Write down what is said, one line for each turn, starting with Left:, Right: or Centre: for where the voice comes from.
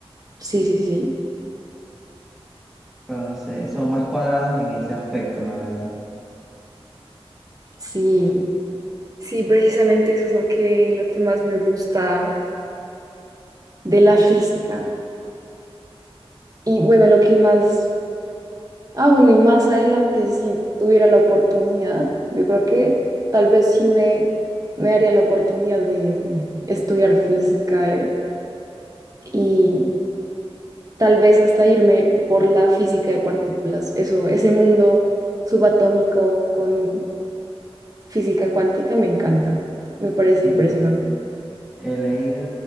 Right: Sí, sí, sí,
Centre: Entonces, son más cuadrados en ese aspecto, la verdad.
Right: sí, sí, precisamente eso es lo que, lo que más me gusta de la física. Y bueno, lo que más, ah, bueno, y más adelante, si tuviera la oportunidad, yo creo que tal vez sí me, me haría la oportunidad de estudiar física, eh, y tal vez hasta irme por la física de partículas. Eso, ese mundo subatómico con física cuántica me encanta, me parece
Centre: Sí,
Right: impresionante.
Centre: he leído